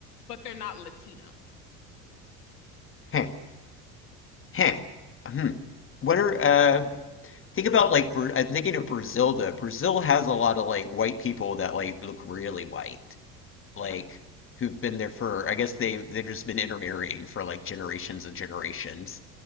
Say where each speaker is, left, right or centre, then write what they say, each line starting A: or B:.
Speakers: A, on the left (about 70°); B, on the left (about 25°).
A: but they're not Latino.
B: Huh. Huh. Hmm. What are uh? Think about like Bra- I'm thinking of Brazil though. Brazil has a lot of like white people that like look really white. like
A: Yeah.
B: who've been there for I guess they they've just been intermarrying for like generations and generations.